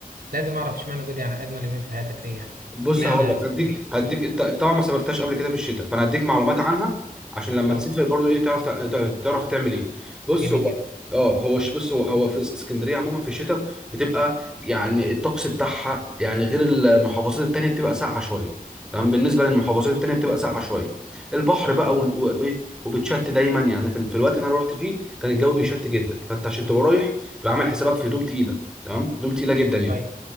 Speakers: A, on the right; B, in the centre.
A: لازم اعرف اشمعنى دول يعني اجمل يومين في حياتك ليه يعني
B: بص
A: اشمعنى
B: هقول لك
A: اسكندريه
B: هديك هديك انت انت طبعا ما سافرتهاش قبل كده في الشتاء فانا هديك معلومات عنها عشان لما
A: اه
B: تسافر برضو ايه تعرف تع- تع- تعرف هتعمل ايه بص
A: جميل
B: هو
A: جدا
B: اه هو ش- بص هو هو في اس- اسكندريه عموما في الشتاء بتبقى يعني الطقس بتاعها يعني غير المحافظات التانيه بتبقى ساقعه شويه تمام بالنسبه للمحافظات التانيه بتبقى ساقعه شويه البحر بقى و- و- وايه وبتشت دايما يعني في, ال- في الوقت اللي انا رحت فيه كان الجو بيشت جدا فانت عشان تبقى رايح تبقى عامل حسابك في هدوم تقيله تمام هدوم تقيله جدا يعني
A: كويس